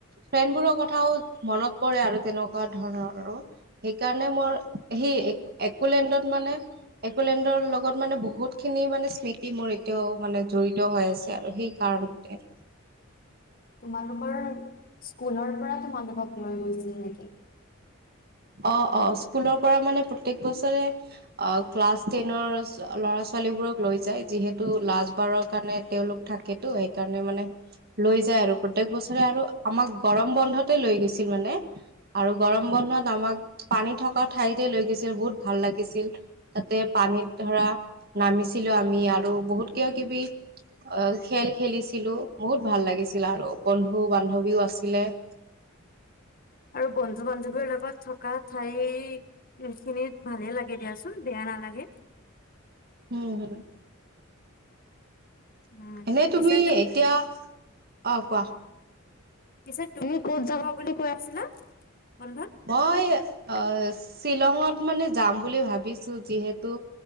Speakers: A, on the right; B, on the left.
A: ফ্ৰেণ্ডবোৰৰ কথাও মনত পৰে আৰু তেনেকুৱা ধৰণৰ আৰু সেইকাৰণে ম কৰ সেই এ একোলেণ্ডত মানে, একোলেণ্ডৰ লগত মানে বহুতখিনি মানে স্মৃত মোৰ এতিয়াও মানে জড়িত হৈ আছে আৰু সেই কাৰণতে।
B: তোমালোকৰ স্কুলৰ পৰা তোমালোকক লৈ গৈছিল নেকি?
A: অ', অ', স্কুলৰ পৰা মানে প্ৰত্যেক বছৰে অ', ক্লাছ টেনৰ ল'ৰা ছোৱালীবোৰক লৈ যায় যিহেতু লাষ্টবাৰৰ কাৰণে তেওঁলোক থাকেতো সেইকাৰণে মানে লৈ যায়। আৰু প্ৰত্যেক বছৰে আৰু আমাক গৰম বন্ধতে লৈ গৈছিল মানে আৰু গৰম বন্ধত আমাক পানী থকা ঠাইতে লৈ গৈছিল, বহুত ভাল লাগিছিল। তাতে পানীত ধৰা নামিছিলো আমি আৰু বহুত কিবা কিবি অ', খেল খেলিছিলো বহুত ভাল লাগিছিল আৰু বন্ধু বান্ধৱীও আছিলে। <inaudible>
B: আৰু বন্ধু বান্ধৱীৰ লগত থকা ঠাই এইখিনিত ভালে লাগে দিয়াচোন, বেয়া নালাগে।
A: উম, হো।
B: উম
A: এনেই
B: পিছে
A: তুমি এতিয়া, অ', কোৱা?
B: পিছে তুমি ক'ত যাবা বুলি কৈ আছিলা? বন্ধত
A: অ', এই <unintelligible> শ্বিলঙত মানে যাম বুলি ভাবিছো যিহেতু,